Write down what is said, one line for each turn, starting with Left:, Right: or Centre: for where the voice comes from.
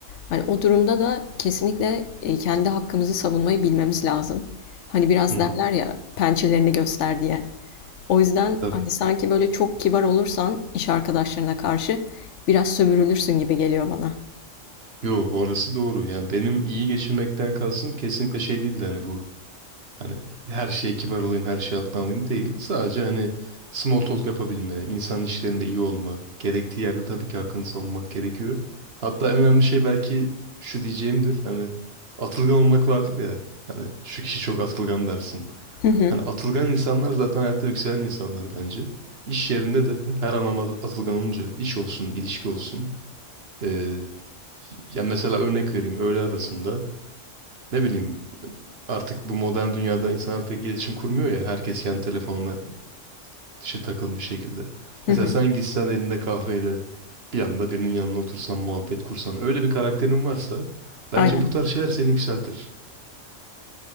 Left: Hani o durumda da kesinlikle e, kendi hakkımızı savunmayı bilmemiz lazım. Hani biraz
Right: Hı hı.
Left: derler ya pençelerini göster diye. O yüzden
Right: Tabii.
Left: hani sanki böyle çok kibar olursan iş arkadaşlarına karşı biraz sömürülürsün gibi geliyor bana.
Right: Yo orası doğru. Yani benim iyi geçinmekten kastım kesinlikle şey değildi hani bu Hani her şeye kibar olayım, her şeyi altına alayım değil. Sadece hani small talk yapabilme, insan ilişkilerinde iyi olma. Gerektiği yerde tabii ki hakkını savunmak gerekiyor. Hatta en önemli şey belki şu diyeceğimdir. Hani atılgan olmak vardır ya. Hani şu kişi çok atılgan dersin.
Left: Hı hı,
Right: Hani atılgan insanlar zaten hayatta yükselen insanlar bence. İş yerinde de her anlamda atılgan olunca iş olsun, ilişki olsun. Ee, ya mesela örnek vereyim öğle arasında ne bileyim Artık bu modern dünyada insanlar pek iletişim kurmuyor ya. Herkes kendi telefonuna dışa takılmış şekilde.
Left: hı
Right: Mesela
Left: hı.
Right: sen gitsen elinde kahveyle bir anda birinin yanına otursan, muhabbet kursan. Öyle bir karakterin varsa bence
Left: Aynen.
Right: bu tarz şeyler seni yükseltir.